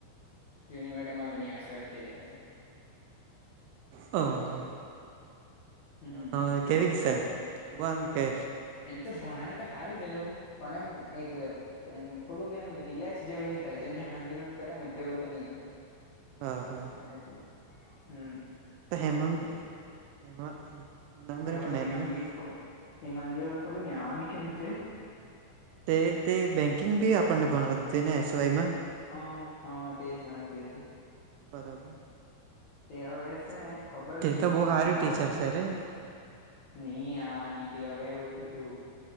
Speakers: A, on the left (about 55°); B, on the right (about 80°).
A: જુની મેડમ હવે ની આવશે હવે તે જ આવશે.
B: હા
A: હમ
B: હા. કેવીક શે જુવાાન કે?
A: એમ તો ભણાવે તો હારું જેવું પણ એમ એક. એમ થોડુંક એમ રિલેક્સ જેવું નહી થાય જેમ હેમાગી મેમ કરે ને તેવું તો નહી થાય.
B: અ હા
A: એનાથી હમ.
B: ત હેમમ. હેમા હું નામ
A: હવે
B: રેટ
A: હેમાંગી
B: મેમનું
A: ખબર હિમાંગી ખબર નિ આવા ની કે ની તે.
B: તે તે બેન્કિંગ ભી આપણને ભણતી હતી ને એસવાય માં.
A: હ હા તેજ ભણાવતી હતી.
B: બરાબર.
A: તે હવે છે
B: જ
A: ને ખબર
B: તે
A: નહી
B: તો બહુ હારી
A: હવે
B: ટીચર
A: આ.
B: છે રે
A: નહી આવાની તે હવે એવું કીધું.